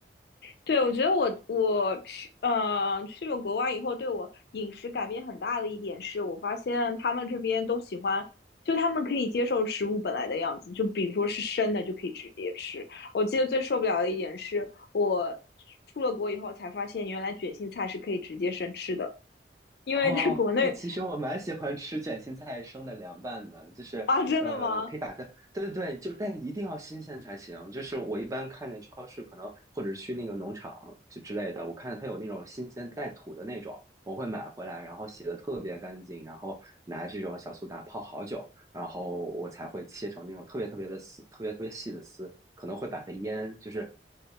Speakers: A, on the left (about 60°); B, on the right (about 20°).
A: 对，我觉得我我去呃去了国外以后，对我饮食改变很大的一点是，我发现他们这边都喜欢，就他们可以接受食物本来的样子，就比如说是生的就可以直接吃。我记得最受不了的一点是我出了国以后才发现，原来卷心菜是可以直接生吃的，因为在国内
B: 哦，哎，其实我蛮喜欢吃卷心菜生的凉拌的，就是呃，
A: <laughs> 啊，真的吗？
B: 可以把它，对对对，就但一定要新鲜才行。就是我一般看见超市可能或者是去那个农场就之类的，我看到它有那种新鲜带土的那种，我会买回来，然后洗的特别干净，然后拿这种小苏打泡好久，然后我才会切成那种特别特别的丝，特别特别细的丝，可能会把它腌，就是